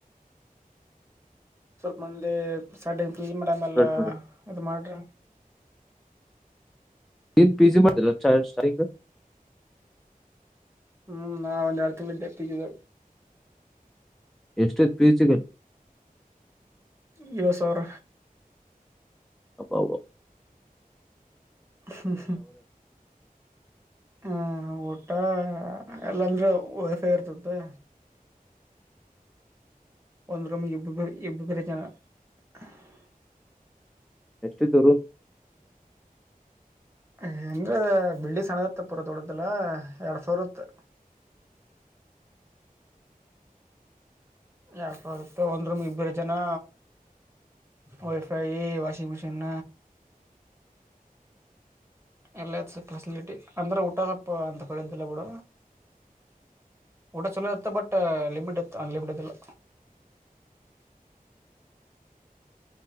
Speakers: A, on the right (about 15°); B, in the centre.
A: ಸ್ವಲ್ಪ ಮಂದಿ ಸಡ್ಜ ಮೇಡಮ
B: ಸಪ್ರೇಟ್
A: ಎಲ್ಲ
B: ಮಾಡಿದ್ರ
A: ಇದ ಮಾಡ್ರಿ
B: ತ ಪಿ ಜಿ ಮಾಡಿರ್ ಏನ್ ಸ್ಟ್ರೈಕ್
A: ಹ್ಮ್ ನಾವ ಒಂದ್ ಎರಡು ತಿಂಗ್ಳ ದಪ್ಪಿದ್ದಿದ್ದವೆ
B: ಎಷ್ಟೊ ಪಿಯುಸಿಗೆ
A: ಐವತ್ <unintelligible> ಸಾವ್ರ
B: ಅಪ ಹ <unintelligible>
A: ಹ್ಮ್ ಹ್ಮ್ ಹಾ ಎಲ್ಲಾಂದ್ರೆ ವೈಫೈ ಇರ್ತದೆ ಒಂದರಮ್ಮ ಇಬ್ಬ ಇಬ್ಬ ಬರ ಜನ <unintelligible>
B: ಎಷ್ಟಿದೆ ರೂಮು
A: ಏನ್ರ ಬಿಲ್ಡಿಂಗ್ ಸ ಅಣ್ಣದತ್ತ ಪುರ ತೊಡದಲ್ಲ ಎರಡ್ ಸಾವಿರತ್ ಎಡ್ ಸಾವಿರ ಒಂದ್ ರೂಮ್ ಇಬ್ಬೇರು ಜನ ವೈಫೈ ವಾಷಿಂಗ್ ಮಷೀನ್ ಎಲ್ಲ ಫೆಸಿಲಿಟಿ ಅಂದ್ರ ಊಟ ಸಪ್ಪ ಅಂತ ಪಡೆದ್ದಲ್ಲ ಬಿಡ ಊಟ ಚಲೋ ಇತ್ತ ಬಟ್ ಲಿಮಿಟ್ ಇತ್ತು ಅನ್ಲಿಮಿಟೆಡ್ ಇಲ್ಲ